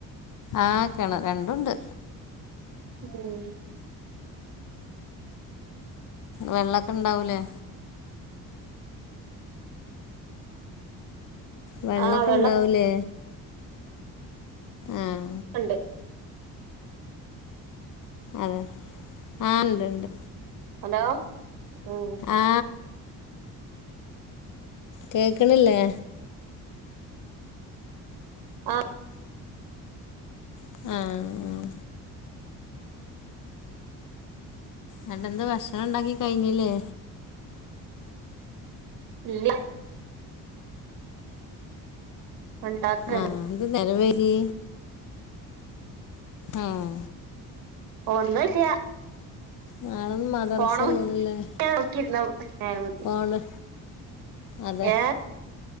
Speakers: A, on the left (about 60°); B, on the right (about 80°).
A: ആഹ് കിണറ രണ്ടുംണ്ട്.
B: ഉം
A: വെള്ളൊക്കെ ഇണ്ടാവൂലേ? വെള്ളക്കെ
B: ആഹ് വെള്ളൊക്കെ
A: ഇണ്ടാവൂലേ? ആഹ്
B: ഉണ്ട്
A: അതെ ആഹ് ഉണ്ട് ഉണ്ട്.
B: ഹലോ? ഉം
A: ആ കേക്ക്ണില്ലേ?
B: ആഹ്
A: ആഹ്ഹ്ഹ് രണ്ടന്ത് ഭക്ഷണം ഉണ്ടാക്കി കഴിഞ്ഞില്ലേ?
B: ഇല്ല. ഉണ്ടാക്കാണ്
A: ആഹ് എന്ത്‌ നേരം വെയ്കി ആഹ്
B: ഒന്നുല്ല.
A: നളെന്നും മദ്രയില്ലല്ലേ?
B: പോണം <unintelligible>
A: ആണ് അതെ
B: ഏ